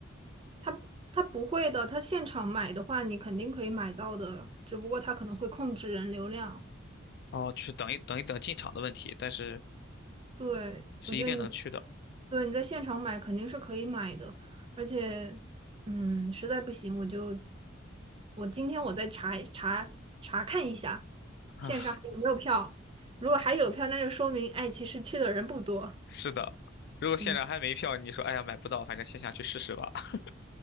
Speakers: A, on the right (about 30°); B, on the left (about 55°).
A: 他他不会的，他现场买的话，你肯定可以买到的，只不过他可能会控制人流量。
B: 哦，就是等一等一等进场的问题，但是
A: 对，
B: 是一定能去的。
A: 我觉得你对你在现场买肯定是可以买的，而且，嗯，实在不行我就我今天我再查一查查看一下
B: <laughs>
A: 线上还有没有票，如果还有票，那就说明哎，其实去的人不多。
B: 是的，如果现场还没票，
A: 嗯，
B: 你说哎呀买不到，反正线下去试试吧。<laughs>